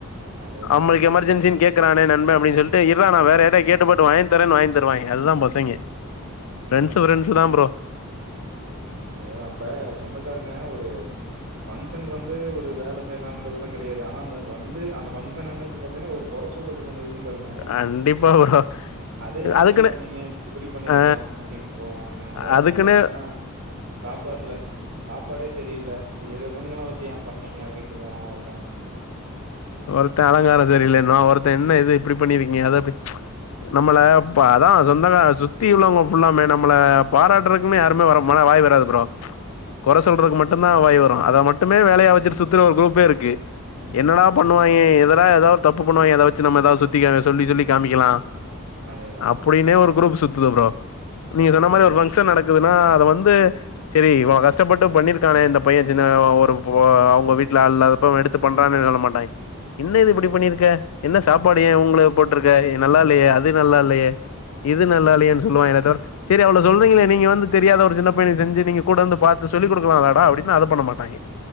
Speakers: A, on the right; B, on the left.
A: அதேதான்
B: நம்மளுக்கு
A: ப்ரோ, அதேதான்.
B: எமர்ஜென்சின்னு கேட் க்கறனே நண்பா அப்ப டின்னு சொல்லிட்டு இர்றா நா வேற யார்ட்டையாவது கேட்டு பாத்து வாங்கி தரே வாங்கி தருவாய்ங்க அதுதா பசங்க ஃபிரெண்ஸு
A: அதான்
B: ஃபிரெண்ஸுதா ப்ரோ
A: அதேதா அப்ப சொந்தக்காரங்க ஒரு பங்க்ஷனுக்கு வந்து ஒரு வேல செய்லான்றதுலா கெடையாது ஆனா அந்த வந்து அந்த பங்க்ஷன் அன்னைக்கு பாத்தீங்னா ஒரு கொற சொல்றதுக்கு ஒன்னு இருக்கும் பாருங்க
B: கண்டிப்பா ப்ரோ
A: அத ஏன் அப்டி
B: அதுக்குன்னு
A: பண்ணீங்க நீங்க இப்புடி பண்ணிருக்குலா
B: ஆ
A: அப்டின்ட்டு போவானுங்க ஒருத்தன்
B: அதுக்குன்னு
A: என்னடானா சாப்பாட்டுல சாப்பாடே சரியில்ல இரு இவங்கள வச்சு ஏன் பண்ணீங்க அப்டின்ட்டு போவான் ஒருத்தன்
B: ஒருத்தன் அலங்காரோ சரி இல்லைன்பா ஒருத்தன் என்ன இது இப்புடி பண்ணிருக்கீங்க அத அப்டி நம்மள இப்ப அதா சொந்தக்கா சுத்தி உள்ளவ்ங்க ஃபுல்லாமே நம்மள பாராட்றக் குமே யாருமே வருமானா வாய் வராது ப்ரோ கொற
A: அதேதான்
B: சொல்றதுக்கு மட்டுந்தா
A: ப்ரோ.
B: வாய் வரு அத மட்டுமே வேலையா வச்சுட்டு சுத்துற ஒரு குரூப்பே இருக்கு
A: ம்.
B: என்னடா பண்ணுவாய்ங்க எதாடா எதா ஒரு தப்பு பண்ணுவாய்ங்க அத வச்சு நம்ம எதாவ்து சுத்திக்க சொல்லி சொல்லி காமிக்கலா
A: அதேதான்
B: அப்புடின்னே
A: ப்ரோ.
B: ஒரு குரூப் சுத்துது ப்ரோ நீங்க சொன்ன
A: கண்டிப்பா.
B: மாரி ஒரு பங்க்ஷன் நடக் குதுனா அத வந்து செரி இவ்ளோ கஷ்டப்பட்டு பண்ணிருக்கானே இந்த பையன் சின்ன ஒரு இப்போ அவ்ங்க வீட்ல ஆள் இல்லாதப்ப இவன் எடுத் து பண்றான்னே சொல்ல மாட்டாய்ங் என்ன இது இப்படி பண்ணிருக்க என்ன இது இப்புடி பண்ணிருக்க என்ன சாப்பாடு ஏன் இவுங்குள போட்ருக்க எ நல்லா இல்லையே அது நல்லா இல்லையே இது நல்லா
A: ம்.
B: இல்லையேன் சொல்லுவாய்ங்களே தவர செரி அவுளோ சொறீங்களே நீங்க வந்து தெரியாத ஒரு சின்ன பையனுக் செஞ்சு நீங்க கூட வந்து பாத்து சொல்லி குடுக்குலாலடா அப்டின்னா அத பண்ண மாட்டாய்ங்க